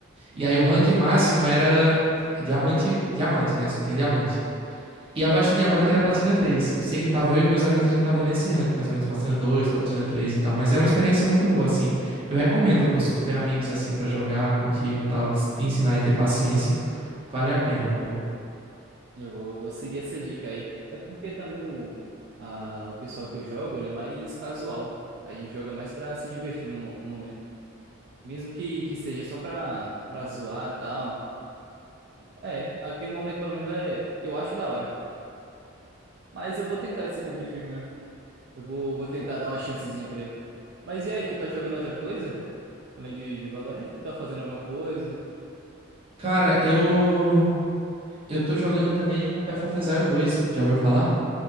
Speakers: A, on the right (about 55°); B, on the right (about 25°).
A: Uhum.
B: E aí o rank máximo era diamante, diamante, né? Só tinha diamante. E abaixo do diamante era platina 3. Eu sei que tava eu e meus amigos, a gente tava nesse rank, mais ou menos, platina 2, platina 3 e tal. Mas é uma experiência muito boa, assim. Eu recomendo, pô, se tu tiver amigos assim pra jogar contigo e tal, te te ensinar e ter paciência, vale a pena,
A: Ah,
B: pô.
A: Eu vou, vou seguir essa dica aí. É porque também o, a, o pessoal que eu jogo, ele é mais casual. A gente joga mais pra se divertir no, mo- no momento. Mesmo que, que seja só pra, pra zoar e tal. É, é, aquele momento pelo menos é, eu acho da hora. Mas eu vou tentar esse competitivo mesmo. Eu vou, vou tentar dar uma chancezinha pra ele. Mas e aí, tu tá jogando outra coisa? Além de, de Valorant? Tu tá fazendo alguma coisa?
B: Cara, eu Eu tô jogando também o Path of Exile 2. Já ouviu falar?